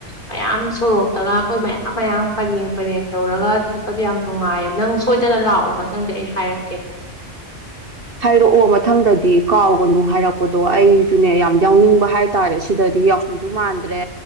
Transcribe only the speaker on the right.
ꯍꯥꯏꯔꯛꯑꯣ ꯃꯊꯪꯗꯗꯤ ꯀꯥꯎꯒꯅꯨ ꯍꯥꯏꯔꯛꯄꯗꯣ ꯑꯩꯁꯨꯅꯦ ꯌꯥꯝ ꯌꯥꯎꯅꯤꯡꯕ ꯍꯥꯏꯇꯥꯔꯦ ꯁꯤꯗꯗꯤ ꯌꯥꯎꯁꯪꯁꯨ ꯃꯥꯟꯗ꯭ꯔꯦ